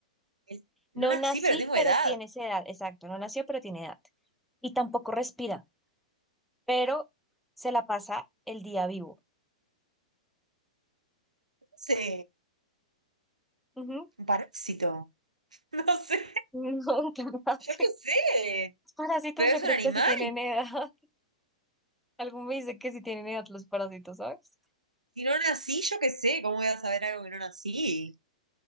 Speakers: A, on the right (about 80°); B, in the centre.
A: El-
B: No
A: No nací,
B: nací,
A: pero tengo
B: pero
A: edad.
B: tienes edad, exacto, no nació, pero tiene edad. Y tampoco respira, pero se la pasa el día vivo.
A: No sé.
B: Ujú.
A: Un parásito. <laughs> No sé.
B: No, <laughs> qué fácil.
A: Yo qué sé.
B: Los parásitos
A: Pero
B: yo
A: es
B: creo
A: un animal.
B: que sí tienen edad. <laughs> Algo me dice que sí tienen edad los parásitos, ¿sabes?
A: Si no nací, yo qué sé. ¿Cómo voy a saber algo que no nací?